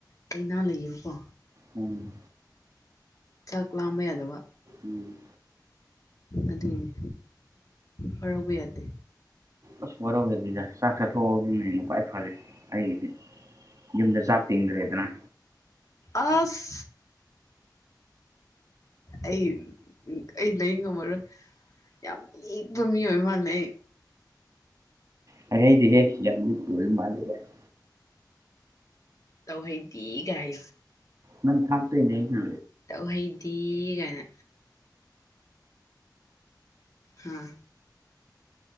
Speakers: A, on the left; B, on the right.
A: ꯂꯥꯏꯅꯥ ꯂꯩꯌꯦꯕꯀꯣ
B: ꯎꯝ
A: ꯆꯥꯛ ꯂꯥꯝꯕ ꯌꯥꯗꯕ
B: ꯎꯝ
A: ꯑꯗꯨꯢꯅꯤ ꯋꯥꯔꯧꯕ ꯌꯥꯗꯦ
B: ꯑꯁ ꯋꯥꯔꯧꯗꯦꯗ ꯆꯥꯛ ꯆꯥꯊꯣꯛꯑꯣ ꯑꯗꯨꯅ ꯈ꯭ꯋꯥꯏ ꯐꯔꯦ ꯑꯩꯒꯤꯗꯤ ꯌꯨꯝꯗ ꯆꯥꯛ ꯇꯤꯡꯗ꯭ꯔꯦꯗꯅ
A: ꯑꯁ ꯑꯩ ꯑꯩ ꯂꯩ ꯉꯝꯃꯔꯣꯏ ꯌꯥꯝ ꯂꯦꯛꯄ ꯃꯤꯑꯣꯏ ꯃꯥꯥꯟꯂꯦ
B: ꯍꯥꯢꯍꯩꯗꯦꯍꯦ ꯌꯥꯝ ꯂꯤꯛꯄ ꯑꯣꯢꯔ ꯃꯥꯂꯦꯒꯥꯢꯅ
A: ꯇꯧꯍꯩꯗ‌ꯦꯒꯥꯏꯌ‌ꯦ
B: ꯅꯪ ꯊꯥꯛꯇꯣꯏꯅꯦ ꯑꯩꯅꯥ
A: ꯇꯧꯍꯩꯗꯤ ꯀꯥꯏꯅ ꯍꯥꯥ